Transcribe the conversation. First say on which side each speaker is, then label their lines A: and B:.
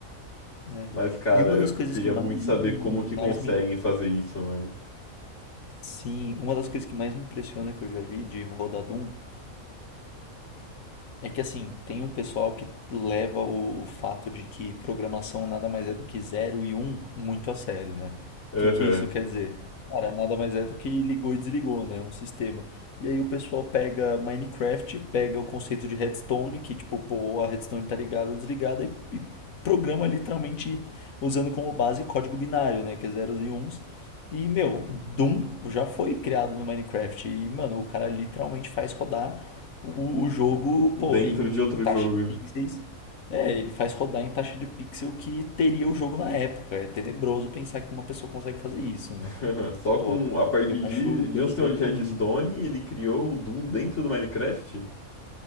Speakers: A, on the left; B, on the left.
A: né?
B: Mas, cara,
A: E uma das coisas
B: queria
A: que mais
B: muito saber
A: me,
B: como que
A: mais
B: conseguem
A: me,
B: fazer isso, mano.
A: sim, uma das coisas que mais me impressiona que eu já vi de Rodadum É que assim, tem um pessoal que leva o, o fato de que programação nada mais é do que zero e um muito a sério, né?
B: Aham.
A: O que, que isso quer dizer? Cara, nada mais é do que ligou e desligou, né? Um sistema. E aí o pessoal pega Minecraft, pega o conceito de redstone, que tipo, pô, a redstone tá ligada ou desligada, e, e programa literalmente usando como base código binário, né? Que é zeros e uns. E, meu, Doom já foi criado no Minecraft. E, mano, o cara literalmente faz rodar. O, o jogo,
B: Dentro
A: pô, em
B: de outro
A: taxa
B: jogo.
A: de pixels. É, ele faz rodar em taxa de pixel que teria o jogo na época. É tenebroso pensar que uma pessoa consegue fazer isso, né?
B: Aham, Só
A: Pô,
B: com a partir
A: eu
B: de,
A: acho
B: de
A: coisa
B: um senhor
A: de outro
B: de redstone,
A: mundo.
B: ele criou o Doom dentro do Minecraft?